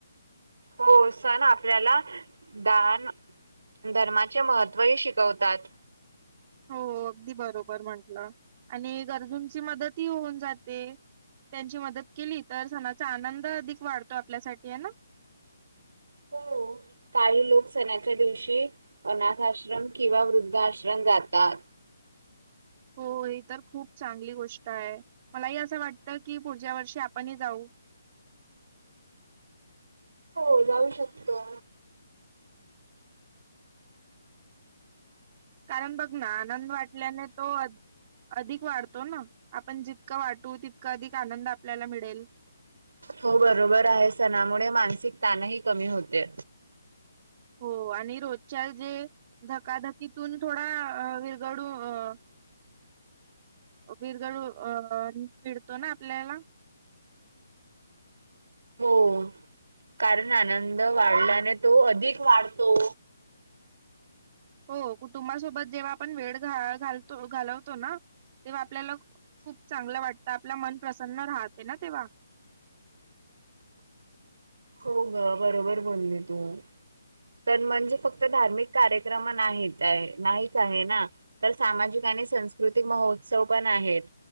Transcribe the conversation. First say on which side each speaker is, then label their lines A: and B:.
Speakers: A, on the right (about 75°); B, on the right (about 30°).
A: हो, सण आपल्याला दान धर्माचे महत्त्व ही शिकवतात.
B: हो, अगदी बरोबर म्हटलं आणि एक अर्जुनची मदतही होऊन जाते. त्यांची मदत केली, तर सणाचा आनंद अधिक वाढतो आपल्यासाठी आहे ना?
A: हो काही लोक सणाच्या दिवशी अनाथ आश्रम किंवा वृद्धा आश्रम जातात.
B: हो, हे तर खूप चांगली गोष्ट आहे, मलाही असं वाटतं, की पुढच्या वर्षी आपणही जाऊ. <unintelligible>
A: हो, जाऊ शकतो.
B: कारण, बघ ना, आनंद वाटल्याने तो अधिक ख वाढतो ना, आपण जितकं वाटू तितका अधिक आनंद आपल्याला मिळेल.
A: हो बरोबर आहे सणामुळे मानसिक ताणही कमी होते.
B: हो आणि रोजच्या जे धकाधकीतून थोडा विरगडू अ बीरगडू अं मिळतो ना, आपल्याला
A: हो, कारण आनंद वाढल्याने तो अधिक वाढतो.
B: हो कुटुंबासोबत जेव्हा आपण वेळ घ घालतो घालवतो ना तेव्हा आपल्याला खूप चांगलं वाटतं, आपला मन प्रसन्न राहते ना. तेवा
A: हो, गं, बरोबर बोलली तू तर म्हणजे फक्त धार्मिक कार्यक्रम नाहीत आहे, नाहीच आहे ना, तर सामाजिक नाय, संस्कृतीक महोचव्ह पण आहेत,